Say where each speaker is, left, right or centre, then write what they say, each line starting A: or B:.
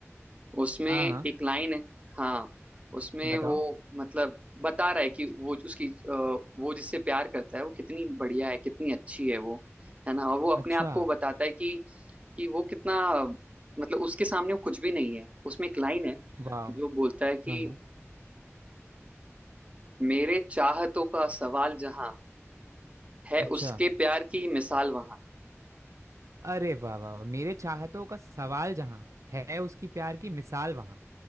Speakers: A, on the right; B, on the right.
A: उसमें
B: हाँ
A: एक
B: हाँ
A: लाइन है हाँ उसमें
B: बताओ
A: वो मतलब बता रहा है कि वो जो उसकी अ, वो जिससे प्यार करता है वो कितनी बढ़िया है कितनी अच्छी है वो है ना और वो अपने
B: अच्छा
A: आप को बताता है कि कि वो कितना मतलब उसके सामने वो कुछ भी नहीं है उसमें एक लाइन है
B: वाह
A: जो बोलता है कि
B: हाँ हाँ
A: मेरे चाहतों का सवाल जहां है
B: अच्छा
A: उसके प्यार की मिसाल वहां
B: अरे वाह वाह वाह, मेरे चाहतों का सवाल जहाँ है उसकी प्यार की मिसाल वहाँ